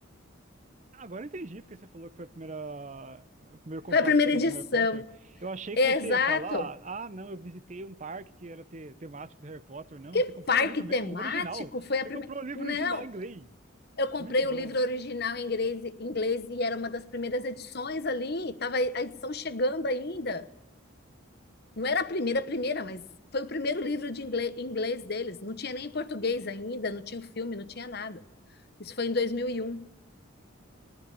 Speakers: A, on the right (about 35°); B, on the left (about 50°).
A: Agora eu entendi porque você falou que foi a primeira, o primeiro contato
B: Foi a primeira
A: que você teve
B: edição,
A: com Harry Potter. Eu achei
B: é
A: que você
B: exato,
A: ia falar, ah, não, eu visitei um parque que era te- temático do Harry Potter. Não,
B: que
A: você comprou
B: parque
A: o livro mesmo,
B: temático
A: o original.
B: foi a
A: Você
B: primeira?
A: comprou o livro
B: Não,
A: original em inglês.
B: Eu comprei
A: Muito bom.
B: o livro original em inglês, inglês e era uma das primeiras edições ali, estava a edição chegando ainda. Não era a primeira, a primeira, mas foi o primeiro livro de inglês, inglês deles. Não tinha nem em português ainda, não tinha o filme, não tinha nada. Isso foi em 2001.